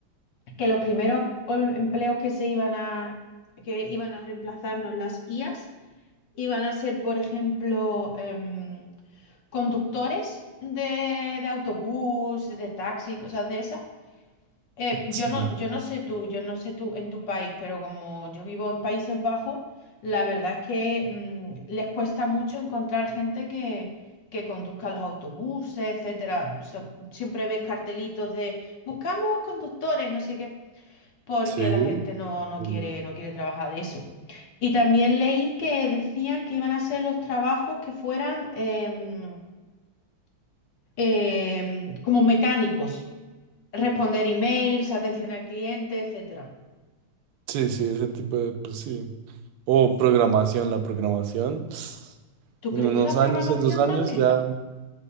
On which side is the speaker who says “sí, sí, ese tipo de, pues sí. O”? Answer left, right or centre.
Right